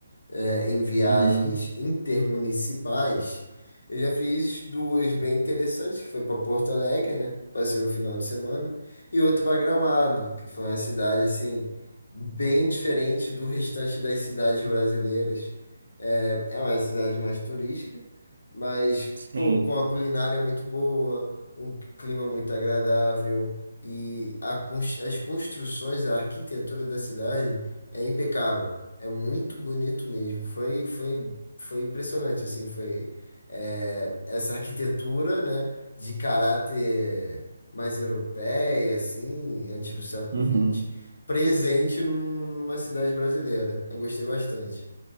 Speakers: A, on the left; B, on the right.
A: é, em viagens
B: Uhum.
A: intermunicipais, eu já fiz duas bem interessantes, que foi para Porto Alegre, né? Passei um final de semana, e outra para Gramado, que foi uma cidade assim bem diferente do restante das cidades brasileiras. É, é uma cidade mais turística, mas
B: Sim.
A: pô, com a culinária muito boa, um clima muito agradável e a cons- as construções, a arquitetura da cidade é impecável. É muito bonito mesmo. Foi, foi, foi impressionante, assim, foi é, essa arquitetura, né, de caráter mais europeia, assim, antes do século
B: Uhum.
A: vinte presente num- numa cidade brasileira. Eu gostei bastante.